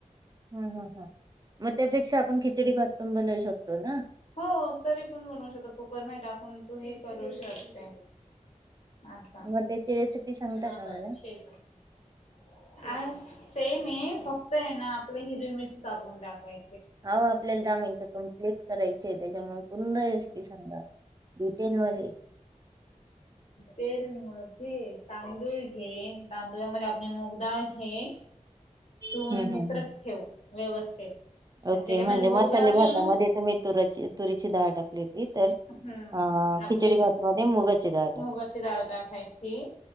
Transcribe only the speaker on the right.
हम हम ह, म त्यापेक्षा आपण खिचडी भात पण बनवू शकतो ना?
मग त्याची रेसिपी सांगता
का मला?
आहो आपल्याला दहा मिनट कमी सलेक्ट करायची त्याच्यामुळे पूर्ण रेसिपी सांगा डिटेल मध्ये.
<inaudible>
हं,
हं, हं.
ओके
म्हणजे
मसाले
भातामध्ये
तुम्ही तुराची तुरीची डाळ टाकली होती तर
आ
खिचडी भात मध्ये मुगाची डाळ. टाकू.